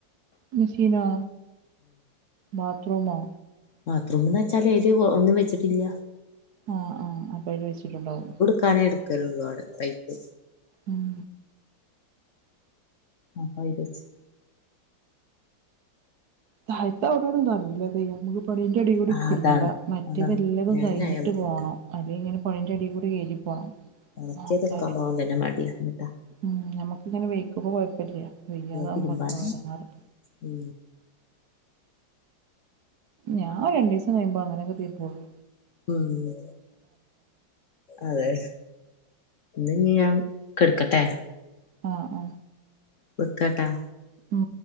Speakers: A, on the right; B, on the left.
A: മിശീനോ ബാത്രൂമോ.
B: ബാത്റൂമ്ന്നച്ചാല് ഏല് കൊ ഒന്നും വെച്ചിട്ടില്ല.
A: ആഹ് ആഹ് അപ്പയ്ല് വെച്ചിട്ടുണ്ടാവും.
B: ക്കാനേ എട്ക്കലൊള്ളൂ അവ്ടെ പൈപ്പ്.
A: ഉം.
B: അപ്പയ്ലെച്ച്.
A: തായ്ത്തൗടൊടിം താറില്ല ന്തയ്യ അമക്ക്. പണിൻ്റെടി കൂടിം
B: ആഹ്
A: തിര്മ്പ
B: അതാണ്
A: മറ്റതെല്ലതും
B: അതാണ് മേലായ
A: കയ്ഞ്ഞിട്ട്
B: ബുദ്ധിമുട്ടാ
A: പോണം അല്ലെ ഇങ്ങനെ പണിൻ്റെടികൂടി എലു പോണം.
B: ഒണക്ക്യത്ട്ക്കാം
A: നോക്കാന്
B: പോവാം തന്നെ മട്യ ന്നട്ട.
A: ഉം ഞ്ഞമ്മക്ക്ങ്ങനെ വെയ്ക്കുമ്പൊ കൊയ്പ്പല്ല്യ വെയ്യാതാവുമ്പള
B: തിരുമ്പാൻ
A: ട്ടോ എടങ്ങേറ്.
B: ഉം
A: ഞാൻ ഒരു രണ്ട് ദിവസം കഴിയുമ്പം അങ്ങനൊക്കെ തീർപ്പുള്ളൂ
B: പോവാന്നോ നിങ്ങള് അതെ ഇനി ഞാൻ കെടക്കട്ടെ
A: ആഹ് ആഹ്
B: വെക്കെട്ടാ
A: ഉം